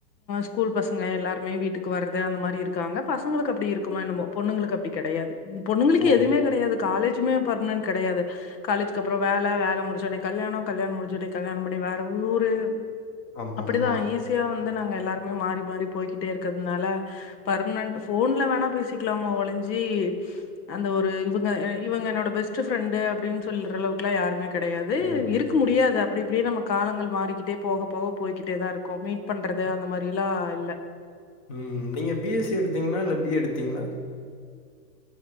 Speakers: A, on the left; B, on the left.
A: ஸ்கூல் பசங்க எல்லாருமே வீட்டுக்கு வராது அந்த மாதிரி இருக்காங்க பசங்களுக்கு அப்படி இருக்குமா என்னமோ பொண்ணுங்களுக்கு அப்படி கிடையாது பொண்ணுங்களுக்கு
B: ஓ!
A: எதுவுமே கிடையாது காலேஜ் ஜ்மே பர்மனன்ட் கிடையாது காலேஜ்க்கு அப்புறம் வேலை முடிச்ச உடனே கல்யாணம் கல்யாணம் முடிச்சோடே கல்யாணம் பண்ணி வேற ஊரு
B: ஆமாமா.
A: அப்படிதான் ஈஸியா வந்து ந எல்லாருமே மாறி மாறி போய்கிட்டே இருக்கிறதுனால பர்ம்னன்ட் போன்ல வேணா பேசிக்கலாமா ஒலிஞ்சி அந்த ஒரு இவுங்க இவுங்க என்னோட பெஸ்ட் ஃப்ரெண்டு் அப்படின் சொல்ற அளவுக்கெல்லா யாருமே கெடையாது
B: ஓஹோ!
A: இருக் முடியாது அ அப்டி இப்டியே நம்ம காலங்கள் மாறிக்கிட்டே போக போக போய்கிட்டே தா இருக்கொ மீட் பண்றது அந்த மாரிலா இல்ல
B: ம் நீங்க பிஎஸ்சி எடுத்தீங்னா இல்ல பி எடுத்தீங்ளா